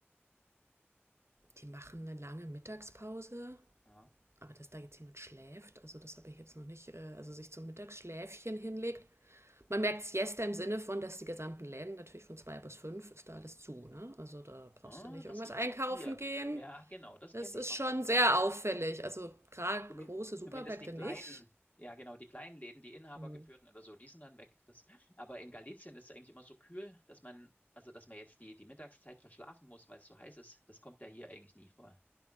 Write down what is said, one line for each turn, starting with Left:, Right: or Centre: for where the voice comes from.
Right: die machen eine lange Mittagspause.
Left: Ja,
Right: Aber dass da jetzt jemand schläft, also das habe ich jetzt noch nicht, äh, also sich zum Mittagsschläfchen hinlegt. Man
Left: ja.
Right: merkt Siesta im Sinne von, dass die gesamten Läden natürlich von zwei bis fünf ist da alles zu, ne? Also da brauchst
Left: Ah,
Right: du nicht irgendwas
Left: das gibt's
Right: einkaufen
Left: auch hier.
Right: gehen.
Left: Ja, genau, das
Right: Das
Left: kenne
Right: ist
Left: ich auch
Right: schon
Left: so.
Right: sehr auffällig. Also gerade
Left: Zumin-
Right: große Supermärkte
Left: Zumindest die kleinen,
Right: nicht.
Left: ja genau, die kleinen Läden, die inhabergeführten
Right: Mhm.
Left: oder so, die sind dann weg. Das, aber in Galicien ist es eigentlich immer so kühl, dass man, also dass man jetzt die, die Mittagszeit verschlafen muss, weil es so heiß ist. Das kommt ja hier eigentlich nie vor.